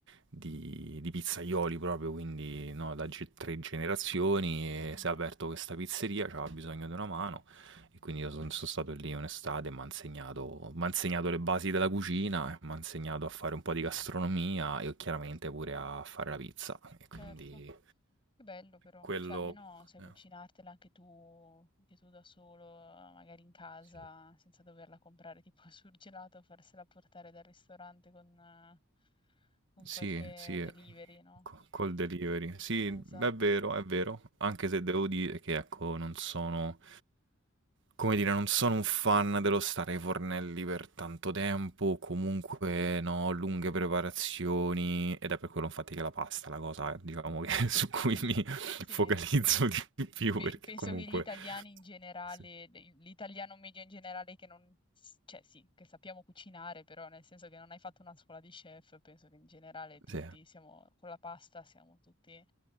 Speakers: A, on the right; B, on the left.
A: di- di pizzaioli proprio, quindi no, da ge- tre generazioni
B: Mhm,
A: e si è aperto questa pizzeria, c'aveva bisogno di una mano e quindi io son- sono stato lì un'estate, mi ha insegnato, m'ha insegnato le basi della cucina, mi ha insegnato a fare un po' di gastronomia e chiaramente pure a fare la pizza. E quindi
B: Certo, che bello però,
A: quello...
B: cioè almeno sai
A: eh.
B: cucinartela anche tu, anche tu da solo, magari in casa,
A: Sì.
B: senza doverla comprare tipo <laughs> al surgelato, farsela portare dal ristorante con, eh, con
A: Sì,
B: qualche
A: sì,
B: delivery,
A: ehm,
B: no?
A: co col delivery. Sì,
B: Esatto.
A: è vero, è vero, anche se devo dire che, ecco, non sono come dire, non sono un fan dello stare ai fornelli per tanto tempo, comunque, no, lunghe preparazioni ed è per quello infatti che la pasta è la cosa, eh, diciamo, che <laughs> su cui
B: <laughs>
A: mi focalizzo
B: Sì,
A: di più
B: Pe-
A: perché
B: penso
A: comunque
B: che gli italiani in generale,
A: Sì.
B: l'italiano medio in generale che non, cioè sì, che sappiamo cucinare, però nel senso che non hai fatto una scuola di chef, penso che in generale tutti
A: Sì,
B: siamo, con la pasta siamo tutti